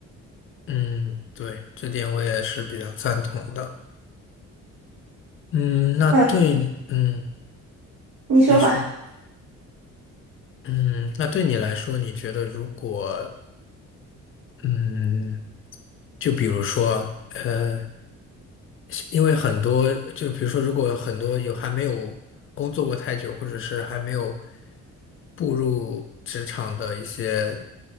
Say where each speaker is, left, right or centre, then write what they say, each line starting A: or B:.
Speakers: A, on the left; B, on the right.
A: 嗯，对，这点我也是比较赞同的。嗯，那对，
B: 呃，
A: 嗯，
B: 你说吧，
A: 你说，嗯，那对你来说，你觉得如果，嗯，就比如说，呃，因为很多，就比如说，如果很多有还没有工作过太久，或者是还没有步入职场的一些，